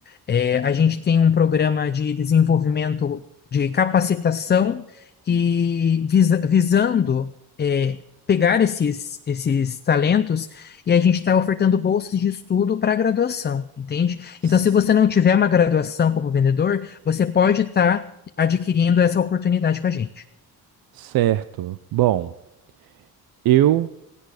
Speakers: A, on the left; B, on the right.
A: É, a gente tem um programa de desenvolvimento de capacitação e visa- visando é, pegar esses, esses talentos e a gente está ofertando bolsas de estudo para graduação, entende?
B: S-
A: Então, se você não tiver uma graduação como vendedor, você pode estar adquirindo essa oportunidade com a gente.
B: Certo. Bom, eu